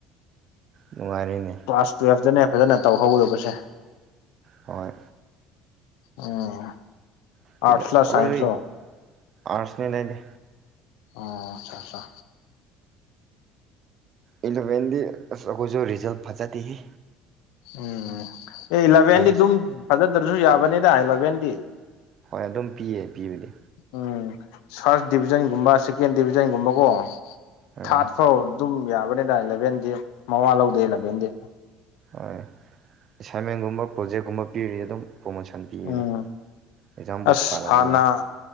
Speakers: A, on the right (about 40°); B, on the left (about 90°).
A: ꯅꯨꯡꯉꯥꯏꯔꯦꯅꯦ
B: ꯀ꯭ꯂꯥꯁ ꯇꯨꯌꯦꯜꯞꯇꯅꯦ ꯐꯖꯅ ꯇꯧꯍꯧꯗꯧꯕꯁꯦ
A: ꯍꯣꯏ
B: ꯎꯝ
A: <unintelligible>
B: ꯑꯥꯔꯠꯁ ꯂ ꯁꯥꯏꯟꯁ ꯂꯣ
A: ꯑꯥꯔꯠꯁꯅꯦ ꯑꯩꯗꯤ
B: ꯑꯣ ꯑꯆꯥ ꯑꯆꯥ
A: ꯏꯂꯚꯦꯟꯗꯤ ꯑꯁ ꯑꯈꯣꯏꯁꯨ ꯔꯤꯖꯜ ꯐꯖꯗꯦꯍꯦ
B: ꯎꯝ ꯑꯦ ꯏꯂꯚꯦꯟꯗꯤ
A: ꯁꯥꯔꯚꯤꯁ
B: ꯑꯗꯨꯝ ꯐꯖꯗ꯭ꯔꯁꯨ ꯌꯥꯕꯅꯤꯗ ꯏꯂꯚꯦꯟꯗꯤ
A: ꯍꯣꯏ ꯑꯗꯨꯝ ꯄꯤꯌꯦ ꯄꯤꯕꯗꯤ
B: ꯎꯝ ꯐꯥꯔꯁ ꯗꯤꯕꯤꯖꯟꯒꯨꯝꯕ ꯁꯦꯀꯦꯟ ꯗꯤꯚꯖꯟꯒꯨꯝꯕꯀꯣ
A: ꯎꯝ
B: ꯊꯥꯔꯠ ꯐꯥꯎ ꯑꯗꯨꯝ ꯌꯥꯕꯅꯤꯗ ꯏꯂꯚꯦꯟꯗꯤ ꯃꯋꯥ ꯂꯧꯗꯦ ꯏꯂꯚꯦꯟꯗꯤ
A: ꯍꯣꯏ ꯑꯦꯁꯥꯏꯟꯃꯦꯟꯒꯨꯝꯕ ꯄ꯭ꯔꯣꯖꯦꯛꯀꯨꯝꯕ ꯄꯤꯔꯤ ꯑꯗꯨꯝ ꯄ꯭ꯔꯣꯃꯣꯁꯟ ꯄꯤꯕꯅꯦ
B: ꯎꯝ
A: ꯑꯦꯛꯖꯥꯝꯕꯨ
B: ꯑꯁ
A: ꯊꯥꯔꯗꯤꯕ
B: ꯍꯥꯟꯅ